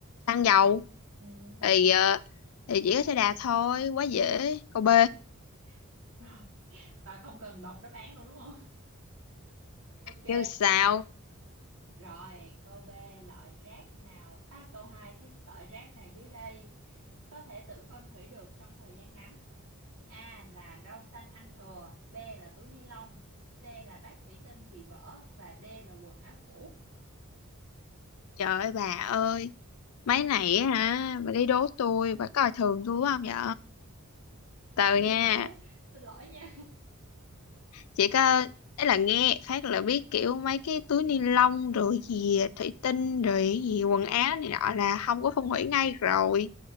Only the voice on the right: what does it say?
Ừ.
Rồi.
<laughs> Rồi. Bà không cần đọc đáp án luôn đúng không? <laughs> Ok.
Rồi, câu B, loại rác nào, à câu 2 chứ, loại rác nào dưới đây có thể tự phân hủy được trong thời gian ngắn? A là rau xanh ăn thừa, B là túi ni lông, C là bát thủy tinh bị vỡ và D là quần áo cũ.
Ôi
xin lỗi, <laughs> xin lỗi nha.